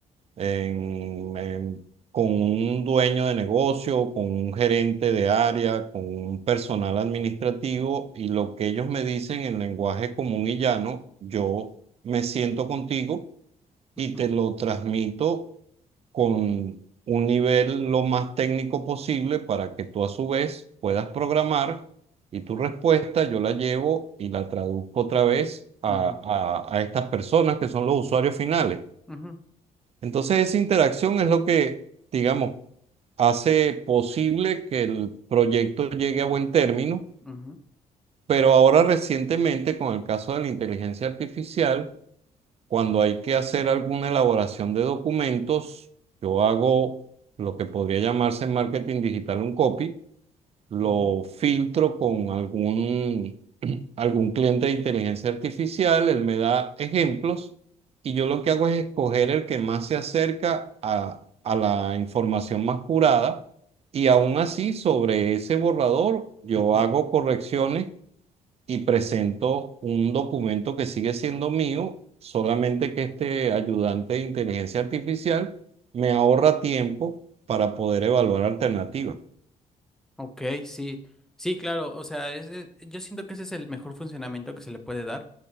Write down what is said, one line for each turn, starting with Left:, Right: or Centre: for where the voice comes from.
Right: en- en- con un dueño de negocio, con un gerente de área, con un personal administrativo y lo que ellos me dicen en lenguaje común y llano, yo me siento contigo
Centre: Ujú,
Right: y te lo transmito con un nivel lo más técnico posible para que tú a su vez puedas programar y tu respuesta yo la llevo y la traduzco otra vez a,
Centre: ujú,
Right: a a estas personas que son los usuarios finales.
Centre: ujú,
Right: Entonces esa interacción es lo que, digamos, hace posible que el proyecto llegue a buen término,
Centre: ujú,
Right: pero ahora recientemente con el caso de la inteligencia artificial, cuando hay que hacer alguna elaboración de documentos, yo hago lo que podría llamarse en marketing digital un copy, lo
Centre: ujú,
Right: filtro con algún, <clears throat> algún cliente de inteligencia artificial, él me da ejemplos y yo lo que hago es escoger el que más se acerca a, a la información más curada y aún así sobre ese borrador yo
Centre: ujú.
Right: hago correcciones y presento un documento que sigue siendo mío, solamente que este ayudante de inteligencia artificial me ahorra tiempo para poder evaluar alternativas.
Centre: Ok, sí, sí, claro, o sea, ese- yo siento que ese es el mejor funcionamiento que se le puede dar.